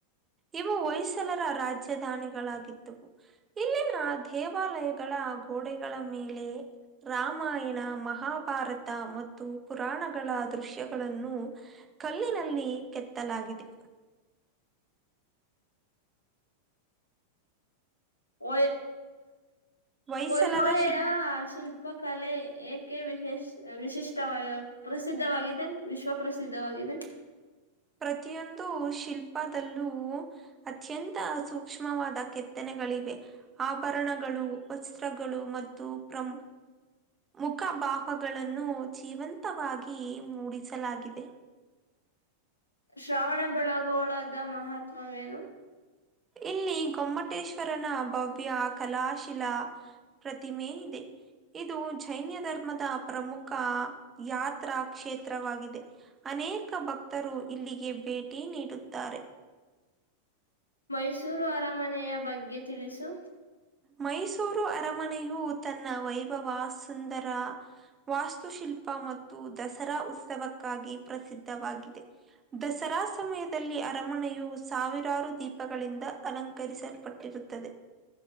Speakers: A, on the right; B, on the left.
A: ಇವು ಹೊಯ್ಸಲರ ರಾಜಧಾನಿಗಳಾಗಿದ್ದವು ಇಲ್ಲಿನ ದೇವಾಲಯಗಳು ಗಳ ಗೋಡೆಗಳ ಮೇಲೆ ರಾಮಾಯಣ ಮಹಾಭಾರತ ಮತ್ತು ಪುರಾಣ ಗಳ ದೃಶ್ಯಗಳನ್ನು ಕಲ್ಲಿನಲ್ಲಿ ಕೆತ್ತಲಾಗಿದೆ
B: ಒ <inaudible>
A: ಹೊಯ್ಸಲರ
B: ಹೊಹಿಹೊಳೆಯ
A: ಶಿಲ್
B: ಶಿಲ್ಪಕಲೆ ಏಕೆ ವಿಶ್ ವಿಶೇಷ ವಿಶಿಷ್ಟವ ಪ್ರಸಿದ್ಧವಾಗಿದೆ ವಿಶ್ವ ಪ್ರ್ರಸಿದ್ಧವಾಗಿದೆ
A: ಪ್ರತಿಯೊಂದು ಶಿಲ್ಪದಲ್ಲೂ ಅತ್ಯಂತ ಸೂಕ್ಷ್ಮವಾದ ಕೆತ್ತನೆ ಗಳಿವೆ ಆಭರಣಗಳು ವಸ್ತ್ರಗಳು ಮತ್ತು ಪ್ರ ಮುಖಭಾಹಗಳನ್ನು ಜೀವಂತವಾಗಿ ಮೂಡಿಸಲಾಗಿದೆ
B: ಶ್ರಾವಣಬಳಗೋಳದ ಮಹತ್ವವೇನು
A: ಇಲ್ಲಿ ಗೊಮ್ಮಟ್ಟ ವಟೇಶ್ವರನ ಭವ್ಯ ಕಲಾಶಿಲ ಪ್ರತಿಮೆ ಇದೆ ಇದು ಜೈನ್ ಅನ್ ಧರ್ಮದ ಪ್ರಮುಖ ಯಾತ್ರಾ ಕ್ಷೇತ್ರವಾಗಿದೆ ಅನೇಕ ಭಕ್ತರು ರು ಇಲ್ಲಿಗೆ ಭೇಟಿ ನೀಡುತ್ತಾರೆ
B: ಮೈಸೂರು ಅರಮನೆಯ ಬಗ್ಗೆ ತಿಳಿಸು
A: ಮೈಸೂರು ಅರಮನೆಯು ತನ್ನ ವೈಭವ ಸುಂದರ ವಾಸ್ತು ವಾಸ್ತುಶಿಲ್ಪ ಮತ್ತು ದಸರಾ ಉತ್ಸವ ಕಾಗಿ ಪ್ರಸಿದ್ಧವಾಗಿದೆ ದಸರಾ ಸಮಯದಲ್ಲಿ ಅರಮನೆಯು ಸಾವಿರಾರು ದೀಪ ದಪಗಳಿಂದ ಅಲಂಕರಿಸಲ್ಪಟ್ಟಿರುತ್ತದೆ